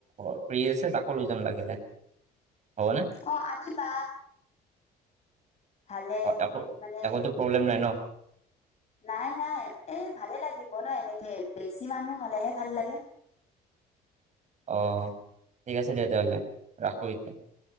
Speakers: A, on the right (about 45°); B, on the left (about 40°).
A: ফ্ৰী আছে তাকো লৈ যাম লাগিলে। হ'ব নে?
B: অঁ আনিবা। ভালে
A: অঁ একো
B: মানে
A: একোতো প্ৰব্লেম নাই ন।
B: নাই নাই এই ভালে লাগিব ন এনেকে বেছি মানুহ হলেহে ভাল লাগে।
A: অ ঠিক আছে দিয়া তেতিয়াহ'লে ৰাখো এতিয়া।